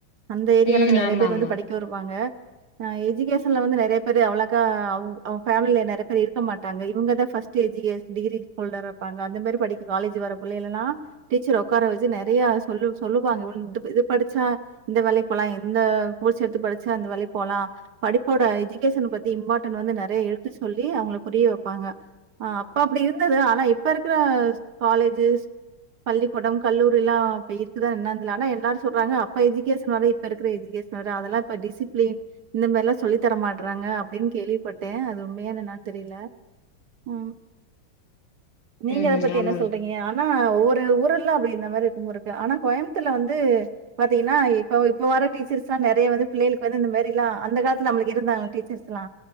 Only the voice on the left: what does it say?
ம்
ஆமா
ஆமா
ம்
ஆமாங்க